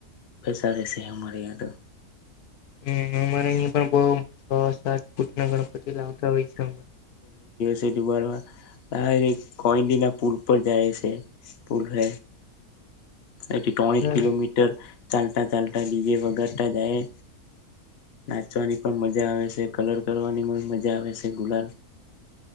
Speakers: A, on the left; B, on the left.
A: પેસાારસેરે યા તો
B: હમ અમારે અહીં પણ બઉ છ સાત કૂટના ગણપતિ લાવતા હોય છે
A: ર ના કઈ દિના પુલ પર જાય છે પુલ હ એક
B: હમ
A: કિલોમીટર ચાલતા ચાલતા ડીજે વગડતા જાય નાચવાની પણ મજા આવે છે કલર કરવાની મ મજા આવે છે ગુલાલ